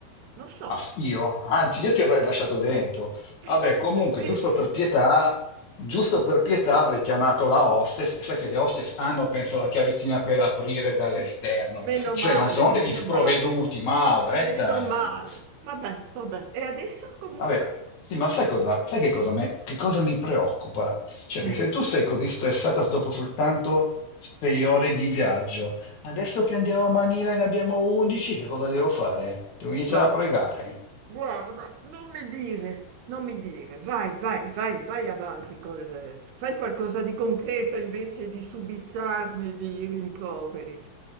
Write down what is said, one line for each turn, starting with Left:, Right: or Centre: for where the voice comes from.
Right: non so.
Left: Ma f- io? Anzi, io ti avrei lasciato dentro.
Right: <laughs>
Left: Vabbè,
Right: Come
Left: comunque,
Right: vedi?
Left: giusto per pietà, giusto per pietà avrei chiamato la hostess, e sai che le hostess hanno, penso, la chiavettina per aprire dall'esterno.
Right: Sì. Meno
Left: Cioè,
Right: male,
Left: non sono degli
Right: meno
Left: sprovveduti,
Right: male,
Left: Maura,
Right: meno
Left: eh, dai.
Right: male. Vabbè, vabbè. E adesso comunque?
Left: Vabbè, sì, ma sai cosa, sai che cosa, me- che cosa mi preoccupa? Cioè, che
Right: Eh,
Left: se tu sei così stressata dopo soltanto sei ore di viaggio, adesso che andiamo a Manila e ne abbiamo 11, che cosa devo fare? Devo iniziare
Right: guarda,
Left: a pregare.
Right: guarda, non mi dire, non mi dire. Vai, vai, vai, vai avanti col... Fai qualcosa di concreto invece di subissarmi di rimproveri.